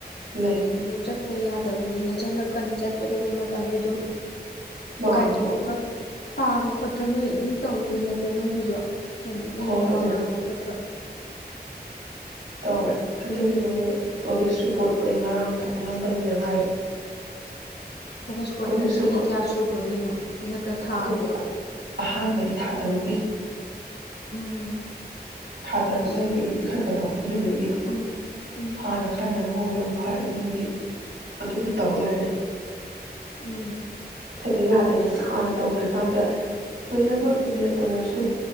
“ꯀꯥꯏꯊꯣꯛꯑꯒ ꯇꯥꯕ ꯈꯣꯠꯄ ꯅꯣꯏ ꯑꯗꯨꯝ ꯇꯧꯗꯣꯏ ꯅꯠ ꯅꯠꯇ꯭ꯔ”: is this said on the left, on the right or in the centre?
Left